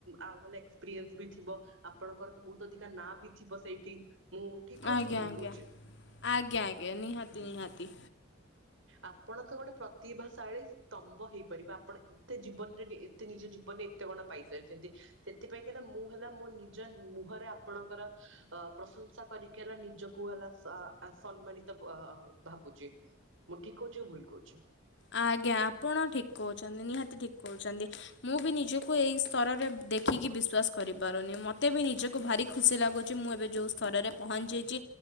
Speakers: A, on the right; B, on the left.
A: ଆଉ ହେଲା ଏକ୍ସପ୍ରିଏନସ୍ ବି ଥିବ। ଆପଣଙ୍କର ତ ବୋହୁତ ଅଧିକା ନାଁ ବି ଥିବ ସେଇଠି। ମୁଁ ଠିକ କହୁଛି
B: ଆଜ୍ଞା
A: କି ଭୁଲ
B: ଆଜ୍ଞା
A: କହୁଛି
B: ଆଜ୍ଞା ଆଜ୍ଞା ନିହାତି
A: ହୁଁ
B: ନିହାତି।
A: ଆପଣ ତ ଗୋଟେ ପ୍ରତିଭାଶାଳୀ ସ୍ତମ୍ଭ ହେଇପାରିବେ। ଆପଣ ଏତେ ଜୀବନ ନେଲେ ଏତେ ନିଜ ଜୀବନରେ କେତେ କଣ ପାଇସାରିଚନ୍ତି। ସେଥିପାଇଁ କି ହେଲା ମୁଁ ହେଲା ମୋ ନିଜ ମୁହଁରେ ଆପଣଙ୍କର ପ୍ରସନ୍ ପ୍ରଶଂସା କରିକି ହେଲା ନିଜକୁ ହେଲା ସା ଆ ସମ୍ମାନିତ ଭା ଆ ଭାବୁଚି। ମୁଁ ଠିକ କୋଉଚି କି ଭୁଲ କୋଉଚି।
B: ଆଜ୍ଞା ଆପଣ ଠିକ କୋଉଚନ୍ତି। ନିହାତି ଠିକ କୋଉଚନ୍ତି। ମୁଁ ବି ନିଜକୁ ଏଇ ସ୍ତରରେ ଦେଖିକି ବିଶ୍ୱାସ କରିପାରୁନି। ମୋତେ ବି ନିଜକୁ ଭାରି ଖୁସି ଲାଗୁଚି। ମୁଁ ଏବେ ଯେଉଁ ସ୍ତରରେ ପହଞ୍ଚିଯାଇଚି।